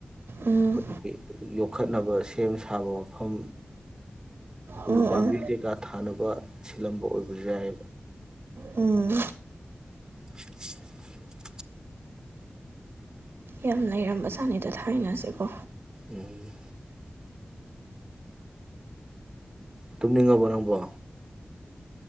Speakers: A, on the right; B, on the right.
A: ꯎꯝ
B: ꯍꯧꯖꯤ ꯌꯣꯛ ꯌꯈꯠꯅꯕ ꯁꯦꯝ ꯁꯥꯕ ꯃꯐꯝ
A: ꯎꯝ
B: ꯎ ꯄꯃꯤ
A: ꯎꯝ
B: ꯀꯦ ꯀꯥꯊ ꯅꯄꯥ ꯁꯤꯜꯂꯝꯕ ꯑꯣꯏꯕꯁꯨ ꯌꯥꯏ
A: ꯎꯝ
B: <inaudible>
A: ꯌꯥꯝ ꯂꯩꯔꯝꯕ ꯆꯥꯅꯤꯗ ꯊꯥꯏꯅꯁꯦꯀꯣ
B: ꯎꯝ ꯇꯨꯝꯅꯤꯡ ꯉꯥ ꯕꯣ